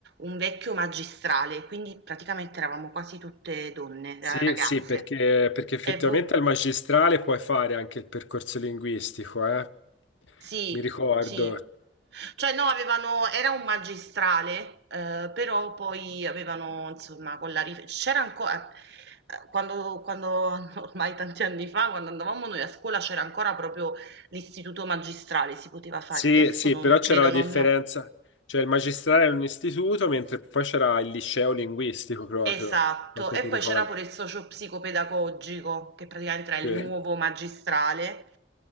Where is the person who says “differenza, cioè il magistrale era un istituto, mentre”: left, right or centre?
Left